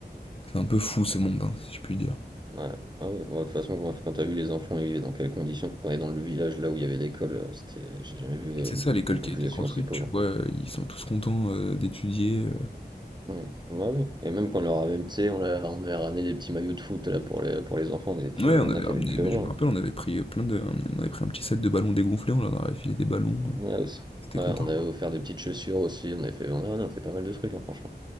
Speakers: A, on the left (about 30°); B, on the right (about 25°).
A: c'est un peu fou ce monde, hein, si je puis dire.
B: ouais. Ah ouais, ouais, de toute façon, quand, quand t'as vu les enfants, ils vivaient dans quelles conditions, quand on est dans le village là où il y avait l'école, euh, c'était, j'ai jamais vu euh,
A: C'est
B: une,
A: ça l'école
B: une
A: qui
B: population
A: a été construite,
B: aussi pauvre.
A: tu vois, euh, ils sont tous contents euh, d'étudier. euh.
B: Mm. Ouais, oui. Et même quand on leur avait, tu sais, on leur- on avait ramené des petits maillots de foot là pour les, pour les enfants, ils étaient-
A: Ouais, on
B: il y en
A: avait
B: a qui
A: ramené,
B: avaient pleuré.
A: mais je me
B: hein.
A: rappelle, on avait pris euh, plein de... On avait pris un petit sac de ballons dégonflés, on leur avait filé des ballons, euh,
B: Ouais, aussi.
A: c'était
B: Ouais,
A: content.
B: on avait offert des petites chaussures aussi, on avait fait, on a, on a fait pas mal de trucs, hein, franchement.